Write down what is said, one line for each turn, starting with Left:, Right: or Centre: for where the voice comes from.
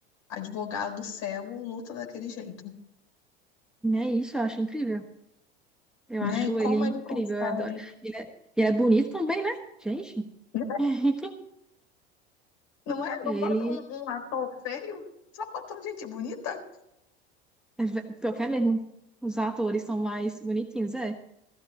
Left: advogado cego, luta daquele jeito,
Centre: É isso, eu acho incrível. Eu
Left: né?
Centre: acho
Left: E como
Centre: ele
Left: ele
Centre: incrível,
Left: consegue,
Centre: eu adoro. Ele é, ele é bonito também, né? Gente,
Left: né?
Centre: <laughs>
Left: Não é?
Centre: ele
Left: Não bota um, um ator feio, só botam gente bonita,
Centre: é ve- pior que é mesmo. Os atores são mais bonitinhos, é.